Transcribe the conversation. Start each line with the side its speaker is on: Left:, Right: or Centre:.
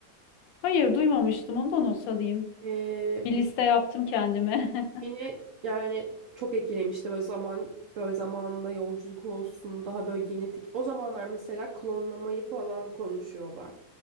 Left: Hayır duymamıştım onu da not alayım.
Right: Ee,
Left: Bir liste yaptım kendime. <laughs>
Right: Beni yani çok etkilemişti böyle zaman böyle zamanla yolculuk olsun daha böyle genetik. O zamanlar mesela klonlamayı falan konuşuyorlar.